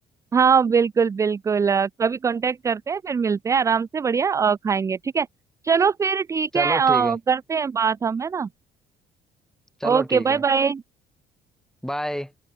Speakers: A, on the right (about 20°); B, in the centre.
A: हाँ बिल्कुल बिल्कुल अ, कभी कांटेक्ट करते हैं फिर मिलते हैं आराम से बढ़िया अ, खाएंगे ठीक है चलो फिर ठीक
B: चलो
A: है अ,
B: ठीक है
A: करते हैं बात हम है ना
B: चलो
A: Okay
B: ठीक
A: bye
B: है
A: bye
B: बाय